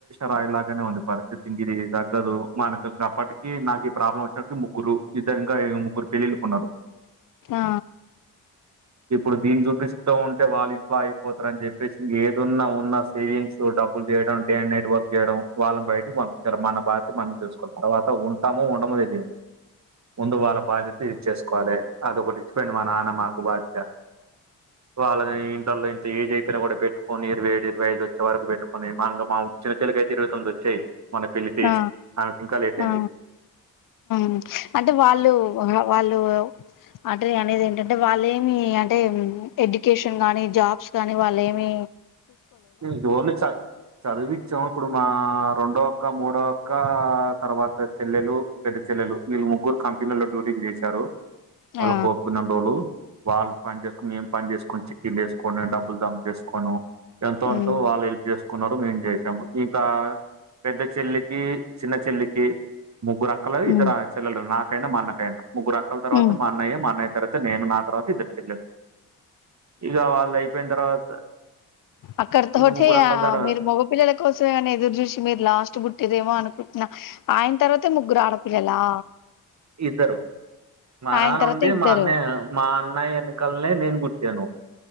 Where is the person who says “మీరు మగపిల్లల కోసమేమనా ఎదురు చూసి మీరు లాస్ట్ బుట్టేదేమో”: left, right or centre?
Left